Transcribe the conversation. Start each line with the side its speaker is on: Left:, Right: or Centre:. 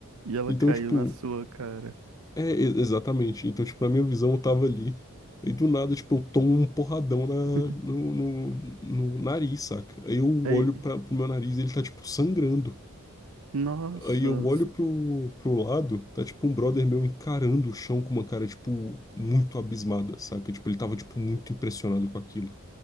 Right: E ela
Left: Então,
Right: caiu
Left: tipo,
Right: na sua cara.
Left: É, e- exatamente. Então, tipo, na minha visão, eu tava ali. E do nada, tipo, eu tomo um porradão na,
Right: <laughs>
Left: no, no, no nariz, saca? Aí eu
Right: Aí,
Left: olho pra, pro meu nariz e ele tá, tipo, sangrando.
Right: nossa.
Left: Aí eu olho pro, pro lado, tá, tipo, um brother meu encarando o chão com uma cara, tipo, muito abismada, saca? Tipo, ele tava, tipo, muito impressionado com aquilo.